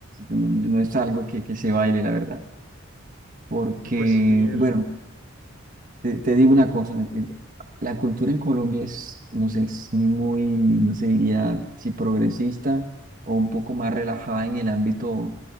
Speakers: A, on the right; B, on the right.
A: No, no es algo que, que se baile, la verdad. Porque,
B: No puede ser.
A: bueno, Te, te digo una cosa, eh, la cultura en Colombia es, no sé, es muy, no sé, diría si progresista o un poco más relajada en el ámbito